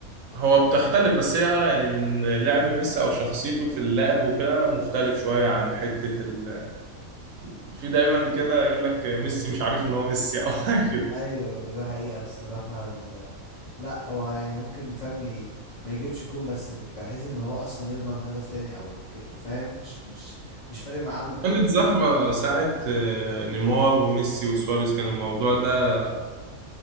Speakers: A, on the right; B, on the left.
A: هو بتختلف بس هي آه يعني من لعب ميسي او شخصيته في اللعب وكده مختلف شويه عن حته ال... في دايما كده يقول لك ميسي مش عارف ان هو ميسي او <laughs> حاجه كده
B: ايوه ده حقيقة بصراحة ال- لا هو يعني ممكن فاهم ي- ما يجيبش الجون بس بحيث ان هو اصلا يضمن هدف تاني او ك- فاهم مش مش مش فارق معاه
A: كانت زهره ساعه آه، نيمار وميسي وسواريز كان الموضوع ده